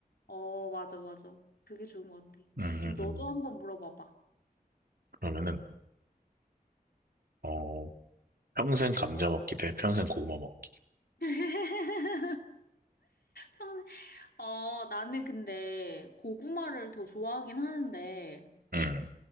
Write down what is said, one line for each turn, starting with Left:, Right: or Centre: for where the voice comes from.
Left: 어, 맞아, 맞아. 그게 좋은 것 같아.
Right: 음, 음,
Left: 그럼 너도
Right: 음.
Left: 한번 물어봐봐.
Right: 그러면은, 어, 평생 감자 먹기 대 평생 고구마 먹기.
Left: <laughs> 평생, 어, 나는 근데 고구마를 더 좋아하긴 하는데,
Right: 음,